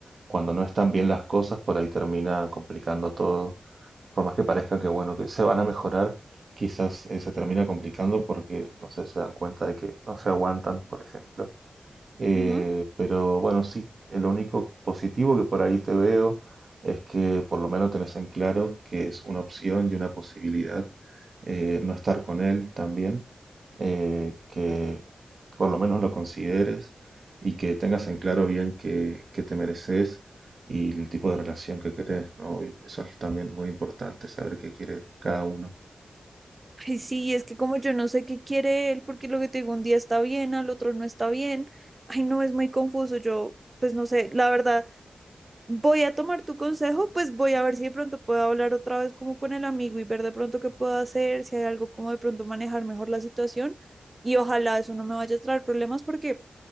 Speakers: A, on the right; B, on the right.
A: cuando no están bien las cosas, por ahí termina complicando todo. Por más que parezca que bueno, que se van a mejorar, quizás eh, se termina complicando porque no sé, se dan cuenta de que no se aguantan, por ejemplo. Eh,
B: Ujú.
A: pero bueno, sí, eh, lo único positivo que por ahí te veo es que por lo menos tenés en claro que es una opción y una posibilidad eh, no estar con él también, eh, que por lo menos lo consideres y que tengas en claro bien que, que te mereces y el tipo de relación que querés, ¿no? Y Eso es también muy importante, saber qué quiere cada uno.
B: Ay, sí, es que como yo no sé qué quiere él, porque lo que te digo, un día está bien, al otro no está bien. Ay, no, es muy confuso. Yo, pues no sé, la verdad, voy a tomar tu consejo, pues voy a ver si de pronto puedo hablar otra vez como con el amigo y ver de pronto qué puedo hacer, si hay algo como de pronto manejar mejor la situación. Y ojalá eso no me vaya a traer problemas porque,